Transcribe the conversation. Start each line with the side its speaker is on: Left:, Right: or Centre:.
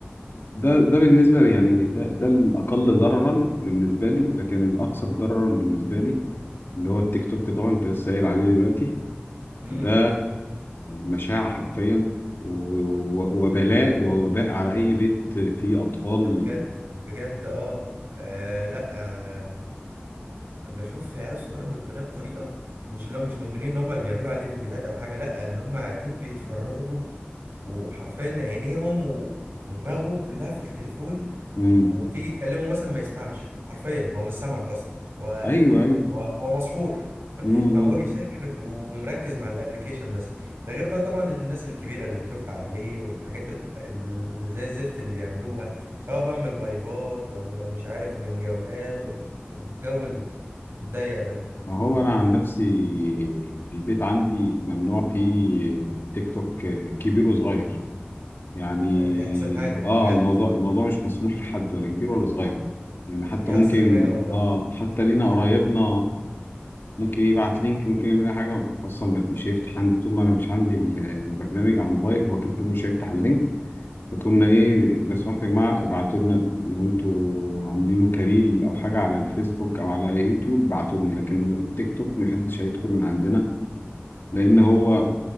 Left: ده ده بالنسبة لي يعني ده ده الأقل ضررا بالنسبة لي لكن الأكثر ضررا بالنسبة لي اللي هو التيك توك طبعا انت لسه قايل عليه دلوقتي
Right: امم
Left: ده مشاعة حرفيا و- و- وبلاء ووباء على أي بيت فيه أطفال
Right: ده بجد بجد اه, آه لا آه بشوف عيال صغيره مدمنه بطريقه مش اللي هم مش مدمنين ان هم اللي بيعملوا عليه فيديوهات او حاجه لا ان هم قاعدين بيتفرجوا وحرفيا عينيهم و... ودماغهم كلها في التليفون
Left: مم.
Right: وتيجي تكلمه مثلا ما يسمعش حرفيا هو مش سامعك اصلا هو
Left: أيوه أيوه
Right: هو هو مسحور
Left: مم.
Right: معمول له سحر ومركز مع الابليكيشن بس ده غير بقى طبعا الناس الكبيره اللي بنشوفها عليه والحاجات ال- اللي زي الزفت اللي بيعملوها سواء بقى من لايفات ولا مش عارف من جولات وال- والجو الضيق ده
Left: ما هو أنا عن نفسي البيت عندي ممنوع فيه تيك توك كبير وصغير يعني
Right: دي احسن حاجه
Left: اه
Right: بجد
Left: الموضوع الموضوع مش مسموح لحد ولا كبير ولا صغير يعني حتى
Right: دي
Left: ممكن
Right: احسن حاجه والله
Left: اه حتى لينا قرايبنا ممكن يبعت لينك ممكن يعمل اي حاجه اصلا مش هيفتح عندي طول ما انا مش عندي ال- البرنامج على الموبايل هو كده كده مش هيفتح اللينك فكنا ايه لو سمحتوا يا جماعه ابعتوا لنا لو انتوا عاملينه كاريل او حاجه على الفيسبوك او على يوتيوب ابعتوا لنا لكن التيك توك محدش هيدخل من عندنا لان هو